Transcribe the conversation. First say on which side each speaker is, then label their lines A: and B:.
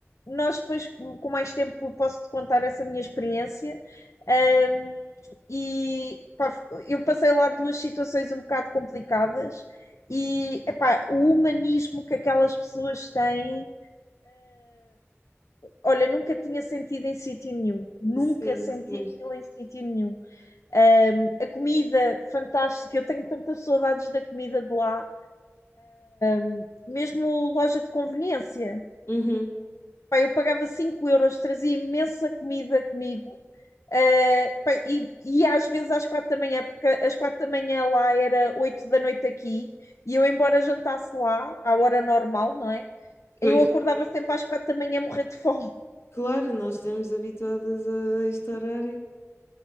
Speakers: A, on the left (about 85°); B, on the left (about 60°).
A: nós depois com mais tempo posso te contar essa minha experiência. Ahm, e pá, eu passei lá duas situações um bocado complicadas e epá, o humanismo que aquelas pessoas têm, olha, nunca tinha sentido em sítio nenhum, nunca
B: a sério,
A: senti
B: pois.
A: aquilo em sítio nenhum. Um, a comida fantástica, eu tenho tantas saudades da comida de lá. Um, mesmo loja de conveniência.
B: Uhum,
A: Pá, eu pagava 5 euros, trazia imensa comida comigo. Uh, pá, e, e às vezes às quatro da manhã, porque às quatro da manhã lá era oito da noite aqui, e eu, embora jantasse lá, à hora normal, não é?
B: pois.
A: Eu acordava sempre às quatro da manhã a morrer de fome.
B: Claro, nós estamos habituadas a este horário.